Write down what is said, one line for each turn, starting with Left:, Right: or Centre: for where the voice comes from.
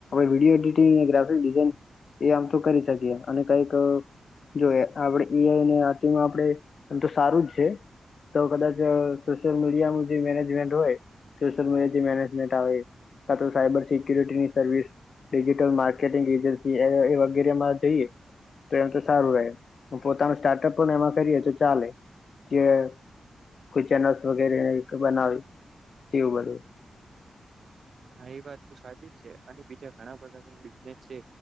Left: video editing graphic design એ આમ તો કરી શકીએ અને કઈક જોયે આપડે એ આઈ ને તેમાં આપડે આમ તો સારું જ છે. તો કદાચ સોશિયલ મીડિયાનું જે મેનેજમેન્ટ હોય સોશિયલ મીડિયા જે મેનેજમેન્ટ આવે કાતો સાયબર સિક્યુરિટીની સર્વિસ ડિજિટલ માર્કેટિંગ એજન્સી એ એ વગેરેમાં જઈએ તો એમ તો સારું રહે પોતાનું સ્ટાર્ટઅપ પણ એમાં કરીએ તો ચાલે જે કોય ચેનલસ વગેરે બનાવે તેવું બધું
Right: હા એ વાત તો સાચી જ છે, અને બીજા ઘણા બધા બિનેસ છે,